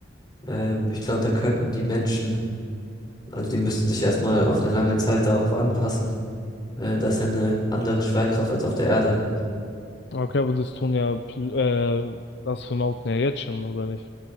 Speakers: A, on the left; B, on the left.
A: Ähm, ich glaube, da könnten die Menschen, also die müssten sich erstmal auf eine lange Zeit darauf anpassen. Äh, das ist ja eine andere Schwerkraft als auf der Erde.
B: Okay, aber das tun ja Pil- äh, Astronauten ja jetzt schon, oder nicht?